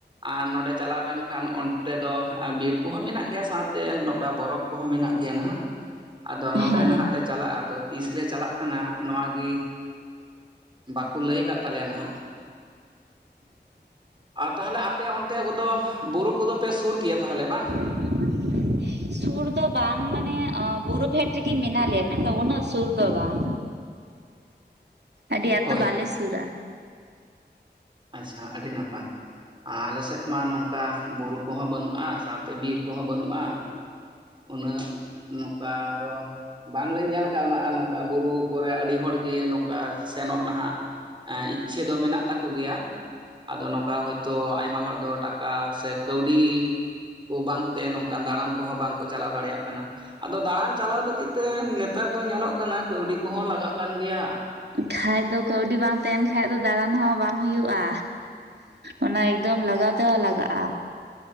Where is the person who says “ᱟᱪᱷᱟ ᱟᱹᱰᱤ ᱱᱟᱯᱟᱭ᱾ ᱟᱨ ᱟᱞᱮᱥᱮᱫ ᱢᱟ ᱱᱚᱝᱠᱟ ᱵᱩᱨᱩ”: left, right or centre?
Right